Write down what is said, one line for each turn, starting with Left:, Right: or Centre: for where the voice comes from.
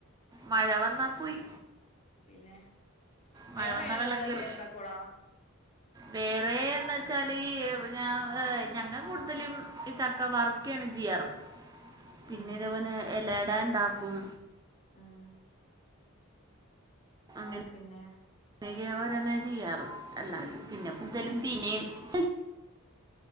Right: മഴ വന്നാ പോയി
Left: ഉം പിന്നെ
Right: മഴ
Left: വേറെ
Right: വന്നാ വെള്ളം
Left: എന്തൊക്കെ
Right: കയറും
Left: ഉണ്ടാക്കും എടാ
Right: വേറെ എന്നച്ചാല് ഞ ഞങ്ങൾ കൂടുതലും ഈ ചക്ക വർക്കാണ് ചെയ്യാറ്
Left: <inaudible>
Right: പിന്നെ
Left: ഉം
Right: ഇതേപോലെ എലയട ഉണ്ടാക്കും
Left: ഉം
Right: അങ്ങനെ
Left: പിന്നെ
Right: ഇതൊക്കെ ഓരോന്ന് ചെയ്യാറ് അല്ലാതെ <unintelligible>